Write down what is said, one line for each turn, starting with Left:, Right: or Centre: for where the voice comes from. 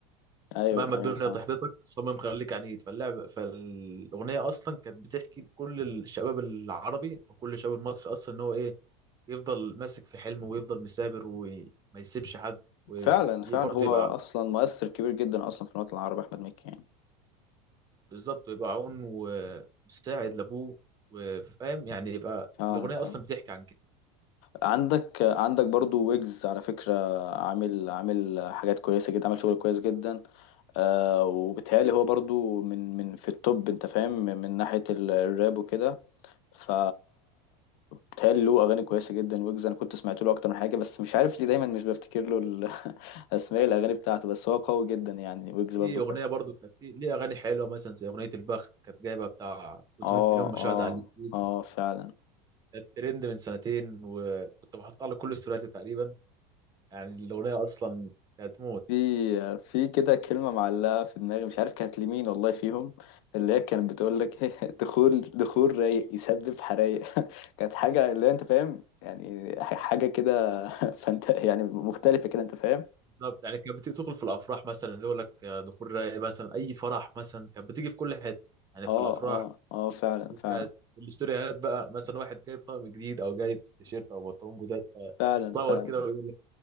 Left: ايوه
Right: مهما
Left: ايوه
Right: الدنيا
Left: فعلا
Right: تحبطك صمم خليك عنيد فاللعب فالأغنية أصلا كانت بتحكي لكل الشباب العربي أو كل الشباب المصري أصلا إن هو إيه يفضل ماسك في حلمه ويفضل مثابر وما يسيبش حد
Left: فعلا فعلا
Right: وبرضه
Left: هو
Right: يبقى
Left: اصلا مؤثر كبير جدا اصلا في الوطن العربي احمد مكي يعني
Right: بالظبط ويبقى عون ومساعد لابوه وفاهم يعني يبقى
Left: فعلا
Right: الاغنيه
Left: فعلا
Right: اصلا بتحكي عن كده
Left: عندك عندك برضو ويجز على فكرة عامل عامل حاجات كويسة جدا عامل شغل كويس جدا آه وبالتهيألي هو برضو من من في التوب انت فاهم من ناحية ال- الراب وكده ف بيتهيألي له اغاني كويسه جدا ويجز انا كنت سمعت له اكتر من حاجه بس مش عارف ليه دايما مش بفتكر له ال- <laughs> اسماء الاغاني بتاعته بس هو قوي جدا يعني ويجز برضو
Right: في اغنيه
Left: كويس
Right: برضو كانت في ليه اغاني حلوه مثلا زي اغنيه البخت كانت جايبه بتاع 300
Left: اه
Right: مليون مشاهده
Left: اه
Right: على اليوتيوب
Left: اه فعلا
Right: كانت ترند من سنتين وكنت بحطها على كل استورياتي تقريبا يعني الاغنيه اصلا كانت موت
Left: في في كده كلمه معلقه في دماغي مش عارف كانت لمين والله فيهم اللي هي كانت بتقول لك <laughs> دخول دخول رايق يسبب حرايق <laughs> كانت حاجه اللي هي انت فاهم يعني ح- حاجه كده <laughs> فانت يعني مختلفه كده انت فاهم
Right: بالظبط يعني كانت بتدخل في الافراح مثلا اللي يقول لك دخول رايق مثلا اي فرح مثلا كانت بتيجي في كل حته يعني
Left: اه
Right: في الافراح
Left: اه اه فعلا
Right: وكانت
Left: فعلا
Right: الاستوريات بقى مثلا واحد جايب طقم جديد او جايب تيشيرت او بنطلون جداد
Left: فعلا
Right: تصور
Left: فعلا
Right: كده ويقول لك